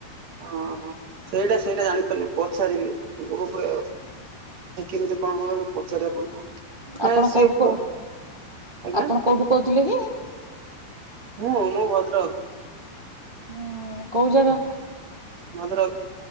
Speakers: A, on the right (about 45°); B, on the right (about 25°).
A: ଓଁ ସେଇଟା ସେଇଟା ଜାଣିପାରୁନି ପ ସାରିବି ଗପରେ। କିମିତି କଣ ପଚାରିବା ପଡିବ। ନାଇଁ
B: ଆପଣ
A: ସିଏ
B: କୋଉଠୁ
A: ଫୋ ଆଜ୍ଞା
B: ଆପଣ କୋଉଠୁ କହୁଥିଲେ କି?
A: ମୁଁ ମୋ ଭଦ୍ରକ।
B: ହୁଁ କୋଉ ଜାଗା?
A: ଭଦ୍ରକ।